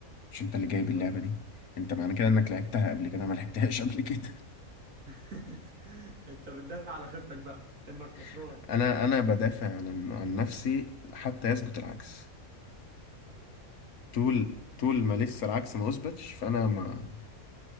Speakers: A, on the left; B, on the right.
A: مش انت اللي
B: انا
A: جايب
B: موافق
A: اللعبه دي انت معنى كده انك لعبتها قبل كده أنا ما لعبتهاش قبل كده
B: <laughs> انت بتدل على خيبتك بقى انك خسران
A: <laughs> انا انا بدافع عن عن نفسي حتى يثبت العكس طول طول ما لسه العكس ما اثبتش فانا ما